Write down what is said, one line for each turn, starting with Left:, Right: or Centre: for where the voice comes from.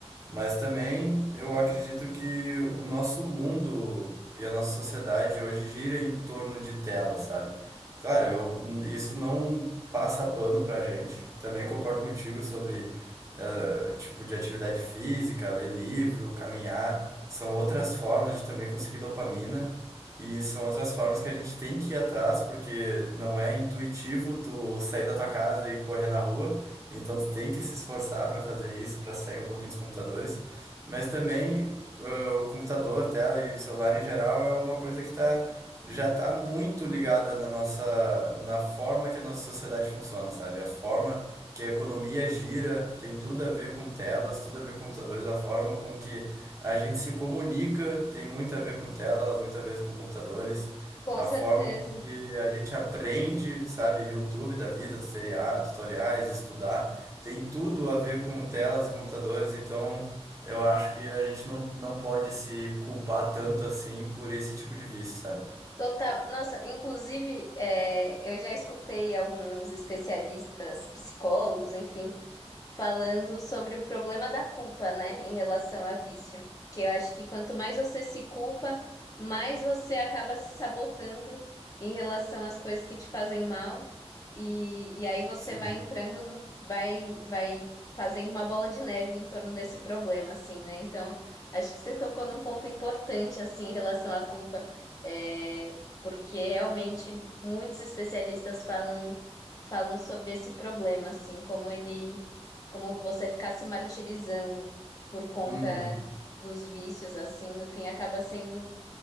Right: Mas também eu acredito que o nosso mundo e a nossa sociedade hoje gira em torno de tela, sabe? Claro, eu, isso não passa pano pra gente. Também concordo contigo sobre eh, tipo de atividade física, ler livro, caminhar. São outras formas de também conseguir dopamina e são outras formas que a gente tem que ir atrás, porque não é intuitivo tu sair da tua casa e correr na rua. Então tu tem que se esforçar para fazer isso, para sair um pouquinho dos computadores. Mas também ah, o computador, tela e celular em geral é uma coisa que tá, já está muito ligada na nossa, na forma que a nossa sociedade funciona, sabe? A forma que a economia gira tem tudo a ver com telas, tudo a ver com computadores, a forma com que a gente se comunica tem muito a ver com telas, muito a ver com computadores.
Left: Com
Right: A
Left: certeza.
Right: forma e a gente aprende, sabe, YouTube da vida, tutoria- tutoriais, estudar, tem tudo a ver com telas e computadores, então eu acho que a gente não, não pode se culpar tanto assim por esse tipo de vício, sabe?
Left: Total. Nossa, inclusive, é, eu já escutei alguns especialistas, psicólogos, enfim, falando sobre o problema da culpa, né, em relação a vício. Que eu acho que quanto mais você se culpa, mais você acaba se sabotando em relação às coisas que te fazem mal. E, e aí você
Right: Sim.
Left: vai entrando, no- vai, vai fazendo uma bola de neve em torno desse problema, assim, né? Então, acho que você tocou num ponto importante, assim, em relação à culpa é, porque realmente muitos especialistas falam falam sobre esse problema, assim, como ele, como você ficar se martirizando por conta
Right: Uhum.
Left: dos vícios, assim, no fim acaba sendo